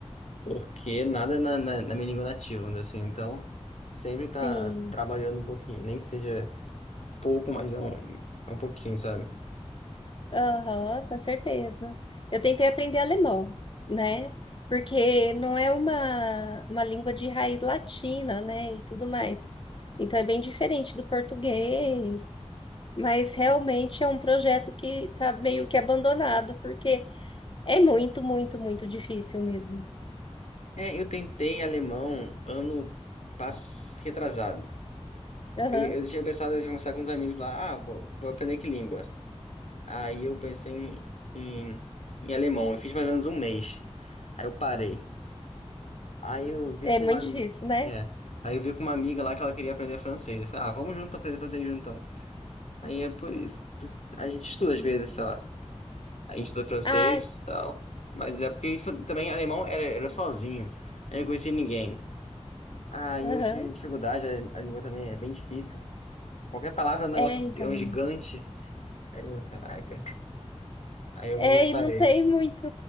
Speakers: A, on the left; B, on the left.
A: porque nada na, na, na minha língua nativa, né, assim, então sempre tá
B: Sim.
A: trabalhando um pouquinho, nem que seja. pouco, mas é um, é um pouquinho, sabe?
B: Aham, com certeza. Eu tentei aprender alemão, né? Porque não é uma, uma língua de raiz latina, né? E tudo mais. Então é bem diferente do português. Mas realmente é um projeto que tá meio que abandonado, porque é muito, muito, muito difícil mesmo.
A: É, eu tentei alemão ano pass... retrasado.
B: Aham.
A: Eu, eu tinha pensado em conversar com uns amigos lá, ah, vou, vou aprender que língua. Aí eu pensei em, em, em alemão, eu fiz mais ou menos um mês. Aí eu parei. Aí eu vi
B: É
A: com
B: muito
A: uma, ami-
B: difícil, né?
A: é, aí eu vi com uma amiga lá que ela queria aprender francês. Eu falei, ah, vamos junto aprender francês junto então. Aí é por isso, por isso que a gente estuda às vezes só. A gente estuda francês
B: Ah,
A: e tal. Mas é porque fa- também alemão era, era sozinho. Eu não conhecia ninguém. Ah, e
B: aham.
A: eu tive dificuldade, a, a língua também é bem difícil. Qualquer palavra é um negócio,
B: É, então.
A: é um gigante. Aí eu, caraca. Aí eu
B: É,
A: meio que parei.
B: e não tem muito,